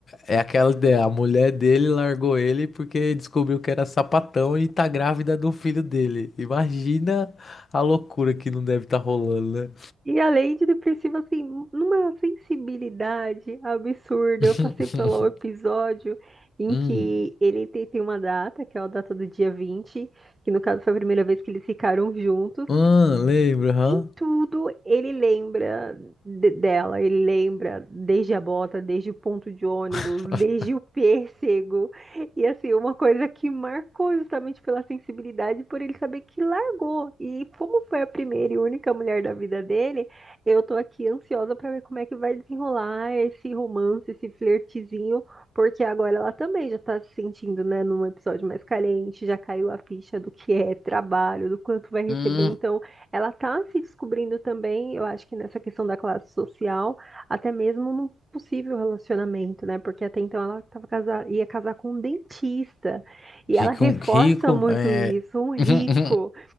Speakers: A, on the left; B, on the right.
A: É aquela ideia, a mulher dele largou ele porque descobriu que era sapatão e tá grávida do filho dele. Imagina a loucura que não deve estar rolando, né?
B: E além de depressivo, assim, numa sensibilidade absurda,
A: <laughs>
B: eu passei pelo episódio em
A: Hum.
B: que ele tem, tem uma data, que é a data do dia 20, que no caso foi a primeira vez que eles ficaram juntos,
A: Hum, lembro, hã?
B: em tudo ele lembra de- dela, ele lembra desde a bota, desde o ponto de ônibus,
A: <laughs>
B: desde o pêssego. E assim, uma coisa que marcou justamente pela sensibilidade, por ele saber que largou. E como foi a primeira e única mulher da vida dele, eu tô aqui ansiosa pra ver como é que vai desenrolar esse romance, esse flertezinho, porque agora ela também já tá se sentindo, né, num episódio mais carente, já caiu a ficha do que é trabalho, do quanto vai receber,
A: Hum.
B: então ela está se descobrindo também, eu acho que nessa questão da classe social, até mesmo num possível relacionamento, né? Porque até então ela tava casa- ia casar com um dentista. E
A: Rico,
B: ela reforça
A: rico,
B: muito
A: é.
B: isso, um rico.
A: <laughs>